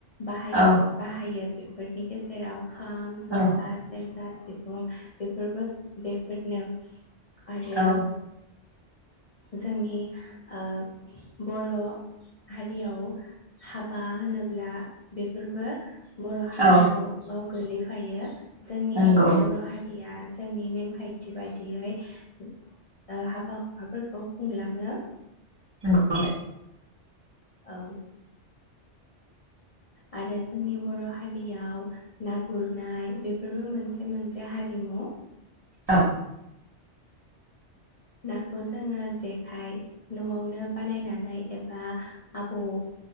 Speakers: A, on the left; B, on the right.
A: बाहायजोब
B: औ
A: बाहायो बेफोरनि गेजेराव खाम, जथा
B: औ
A: फुजा सिफुं बेफोरबो बेफोरनो आरो।
B: औ
A: जोंनि ओ बर' हारियाव हाबा होनोब्ला बेफोरबो बर' हारिमुआव
B: औ
A: गोलैफायो। जोंनि
B: नंगौ
A: बर' हारिया जोंनि नेमखायथि बायदियै ओ हाबा हुखाफोरखौ खुंलाङो
B: नोंगौ
A: औ आरो जोंनि बर' हारियाव ना गुरनाय बेफोरबो मोनसे मोनसे हारिमु
B: औ
A: नाखौ जोङो जेखाइ नआवनो बानायनानै एबा आबौ